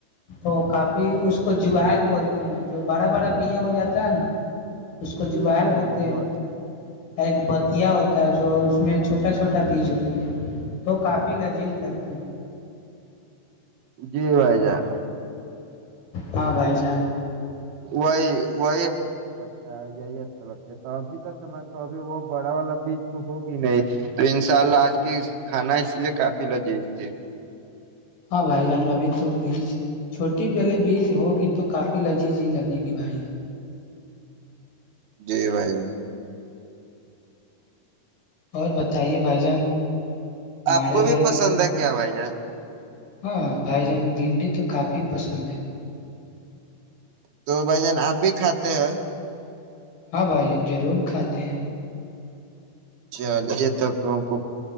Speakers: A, on the left; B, on the right.
A: تو کاپ بھی اس کو جوئیل بولتے ہیں جو بڑا بڑا بیا ہو جاتا ہے نا اس کو
B: جی
A: جول
B: بھائی
A: بوتے
B: جان
A: ہیں
B: وہ
A: ایک بتیا ہوتا ہے جو اس میں چھوٹا چھوٹا بیج ہوتی ہے تو کافی لذیذ لگتی ہے
B: جی بھائی جان
A: ہاں بھائی جان
B: وہی وہی اچھا نہیں لگتا ہے یہی اچھا لگتا ہے تو ابھی کا سمے تو ابھی وہ بڑا والا بھی تو ہوگی نہیں تو ان شاء اللہ آج کی کھانا اس لیے کافی لجیذ تھی
A: ہاں بھائی جان ابھی تو بیج چھوٹی والی بیج ہوگی تو کافی لذیذ ہی لگے گی بھائی
B: جی بھائی
A: اور بتائیے بھائی جان ہمارے
B: آپ کو بھی
A: گھر
B: پسند ہے کیا بھائی جان
A: ہاں بھائی جان بھنڈی تو کافی پسند ہے
B: تو بھائی جان آپ بھی کھاتے ہیں
A: ہاں بھائیین ضرور کھاتے ہیں
B: چلیے تک ہم کو